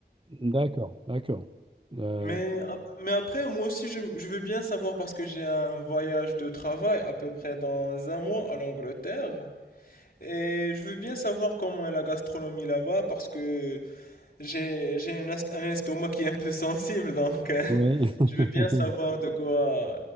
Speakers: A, on the right (about 30°); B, on the left (about 60°).
A: d'accord, d'accord. Euh,
B: Mais, ap- mais après, moi aussi, je, je veux bien savoir parce que j'ai un voyage de travail à peu près dans un mois à l'Angleterre. Et je veux bien savoir comment est la gastronomie là-bas parce que j'ai, j'ai une est- un estomac qui est un peu sensible, donc euh,
A: oui,
B: <laughs>
A: <laughs>
B: je veux bien savoir de quoi,